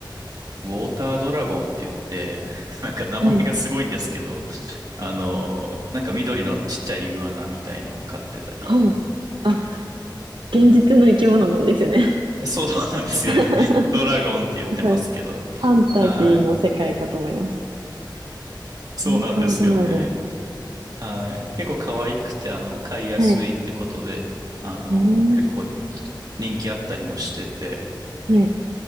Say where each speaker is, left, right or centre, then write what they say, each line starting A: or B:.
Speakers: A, on the right; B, on the right.
A: ウォータードラゴンって言って、<laughs> なんか名前がすごいんですけど、
B: はい。
A: あの、なんか緑のちっちゃいイグアナみたいのを飼ってたり、
B: ほう。あ、現実の生き物なんですね。
A: そうそうなんですよね。
B: <laughs>
A: ドラゴンって言ってますけど、
B: すごいファンタジーの世界かと思いました。
A: はい。そうなんですよね。
B: モータードラゴン。
A: はい。結構可愛くて、あの、飼いやすいってことで、
B: はい。う
A: あの、
B: ん。
A: 結構人気あったりもしてて、
B: はい。